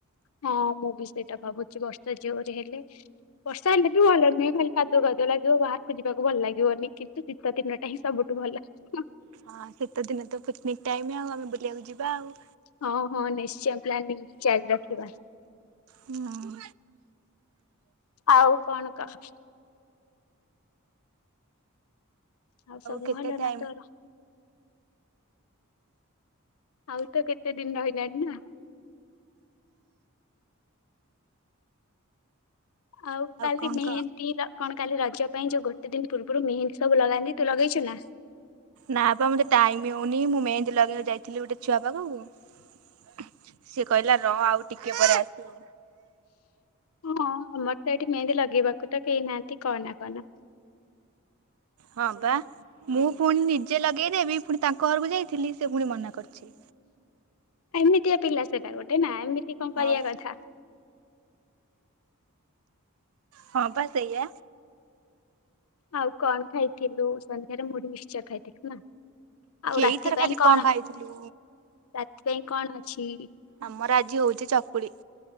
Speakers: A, on the left; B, on the right.
A: ହଁ ମୁଁ ବି ସେଇଟା ଭାବୁଛି ବର୍ଷା ଜୋରେ ହେଲେ ବର୍ଷା ହେଲେ ବି ଭଲ ନୁହେଁ ଖାଲି କାଦୁଅ କାଦୁଆ ଲାଗିବ ବାହାରକୁ ଯିବାକୁ ଭଲ ଲାଗିବନି କିନ୍ତୁ ଶୀତ ଦିନ ଟା ହିଁ ସବୁଠୁ ଭଲ ଲାଗିବ।
B: ହଁ ସେୀତେ ଦିନ ତ ପିକନିକ ଟାଇମ ଆଉ ଆମେ ବୁଲିବାକୁ ଯିବା ଆଉ
A: ହଁ ହଁ ନିଶ୍ଚୟ ପ୍ଲାାନିଂ ଚଲି ରଖିବ
B: ହୁଁ।
A: ଆଉ କଣ କହ ଆଉ ସବୁ
B: କେତେ
A: ଭଲ
B: ଟାଇମ
A: ନା ତୋର ଆଉ ତ କେତେ ଦିନ ରହିଲାଣି ନା ଆଉ କାଲି
B: କଣ
A: ନେହେ
B: କହ?
A: ତୀରା କଣ କାଲି ରଜ ପାଇଁ ଯୋଉ ଗୋଟ ଦିନୂର୍ବରୁ ମେହେନ୍ଦି ସବୁ ଲଗାନ୍ତି ତୁ ଲଗେଇଛୁ ନା?
B: ନା ବା ମୁତ ଟାଇମଉନି ମୁଁ ମେନ୍ଦି ଲଗେ ଯାଇ ଥିଲେ ଗୋଟେ ଛୁଆ ପାଖକୁ <inaudible> କହିଲା ର ଆଉ ଟିକେ ପରେ ଆସିବୁ
A: ହଁ ଆମର ତ ଏଇଠି ମେହେନ୍ଦୀ ଲାଗୁ ଲଗେଇବାକୁ ତ କେହି ନାହାନ୍ତି କନା କନା।
B: ହଁ ବା ମୁଁ ପୁଣି ନିଜେ ଲଗେଇ ପୁଣି ତାଙ୍କ ଘରକୁ ଯାଇଥିଲି ସେ ପୁଣି ମନା କରୁଛି।
A: ଏମିତିଆ ପିଲା ସେଟ ଗୋଟେ ନା ଏମତି ଟ କଣ
B: ହଁ
A: କରିବା
B: ବା।
A: କଥା?
B: ହଁ ବା ସେଇଆ।
A: ଆଉ କଣ ଖାଇଥିଲୁ? ସନ୍ଧ୍ୟାରେ ମୁଢି ମିଶା ଖାଇଥିଲି ନା। ଆଉ ରାତି
B: ଏଇଥର
A: ପାଇଁ
B: ଖାଲି
A: କଣ
B: ଖାଇଥିଲୁ
A: ରାତି ପାଇଁ କଣ ଅ ଚ୍ଛି
B: ଆମର ଆଜି ହଉଛି ଚକୁଳି।